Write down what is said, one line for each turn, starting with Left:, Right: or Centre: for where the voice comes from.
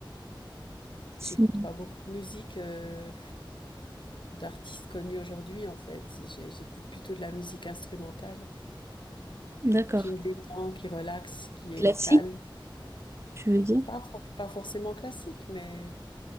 Right: Si.
Left: j'écoute pas beaucoup de musique euh, d'artistes connus aujourd'hui en fait. J'ai- J'écoute plutôt de la musique instrumentale.
Right: D'accord.
Left: qui me détend, qui relaxe, qui est
Right: Classique,
Left: calme.
Right: tu veux dire?
Left: Pas, for- pas forcément classique, mais